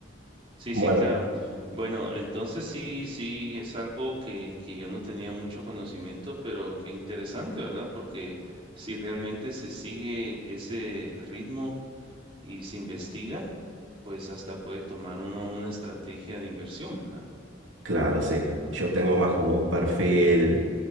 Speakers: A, on the right; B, on the right.
A: Sí,
B: Bueno,
A: sí, claro. Bueno, entonces sí, sí, es algo que, que yo no tenía mucho conocimiento, pero qué interesante, ¿verdad? Porque si realmente se sigue ese ritmo y se investiga, pues hasta puede tomar uno una estrategia de inversión, ¿verdad?
B: claro, sí. Yo tengo más como un perfil.